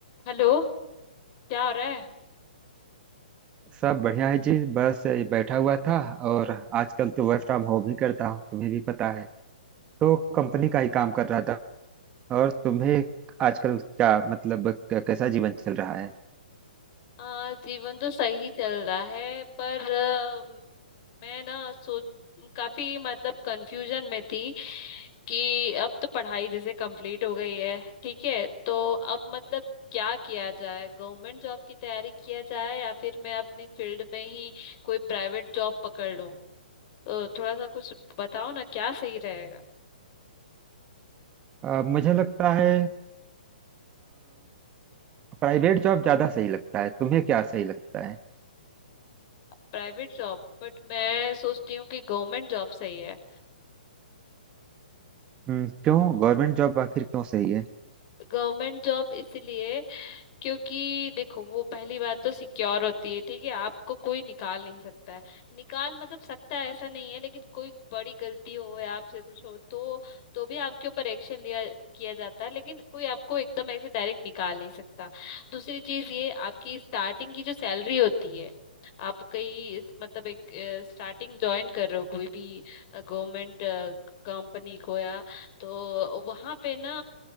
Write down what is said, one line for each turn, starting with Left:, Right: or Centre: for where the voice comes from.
Left: Hello क्या हो रहा है
Right: सब बढ़िया है जी बस ये बैठा हुआ था और आजकल तो वर्क फ्रॉम होम ही करता हूँ तुम्हें भी पता है तो कंपनी का ही काम कर रहा था और तुम्हें आजकल क्या मतलब क- कैसा जीवन चल रहा है
Left: अ, जीवन तो सही चल रहा है पर अ, मैं ना सोच काफी मतलब कंफ्यूजन में थी कि अब तो पढ़ाई जैसे कंप्लीट हो गई है ठीक है तो अब मतलब क्या किया जाए गवर्नमेंट जॉब की तैयारी किया जाए या फिर मैं अपनी फील्ड में ही कोई प्राइवेट जॉब पकड़ लूं तो थोड़ा सा कुछ बताओ ना क्या सही रहेगा
Right: अ, मुझे लगता है प्राइवेट जॉब ज्यादा सही लगता है तुम्हें क्या सही लगता है
Left: प्राइवेट जॉब बट मैं सोचती हूँ कि गवर्नमेंट जॉब सही है
Right: हम्म, क्यों गवर्नमेंट जॉब आखिर क्यों सही है
Left: गवर्नमेंट जॉब इसलिए क्योंकि देखो वो पहली बात तो सिक्योर होती है ठीक है आपको कोई निकाल नहीं सकता है निकाल मतलब सकता है ऐसा नहीं है लेकिन कोई बड़ी गलती हो या आपसे कुछ हो तो तो भी आपके ऊपर एक्शन लिया किया जाता है लेकिन कोई आपको एकदम ऐसे डायरेक्ट निकाल नहीं सकता दूसरी चीज ये आपकी स्टार्टिंग की जो सैलरी होती है आप कहीं इस- मतलब एक स्टार्टिंग ज्वाइन कर रहे हो कोई भी गवर्नमेंट कंपनी को तो वहां पे ना